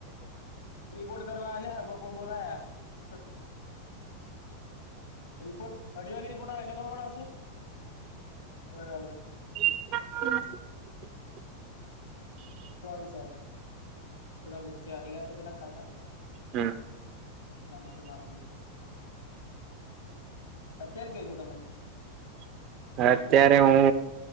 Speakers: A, on the left (about 60°); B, on the right (about 40°).
A: રિપોર્ટ કરવા આલયા બપોર બોલાયા રિપોર્ટ અઢીવાગે રિપોર્ટ આવે બપોર આવશે બરાબર
B: હમ
A: સોરી સાર થોડવચેઆઈ ગયા તો બલા કાકા
B: હમ <inaudible>
A: એટલા માટે માપ કરું તો અત્યારે ક છો તમે
B: અત્યારે હું